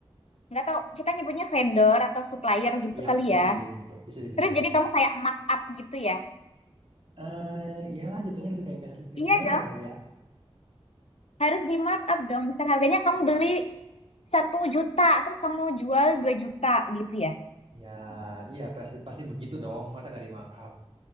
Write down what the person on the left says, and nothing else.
nggak tahu kita nyebutnya vendor atau supplier gitu
kali
ya.
Terus jadi
kamu kayak markup gitu ya.
Iya
dong,
harus di markup dong. Misal harganya kamu
beli satu juta, terus kamu jual 2 juta gitu ya.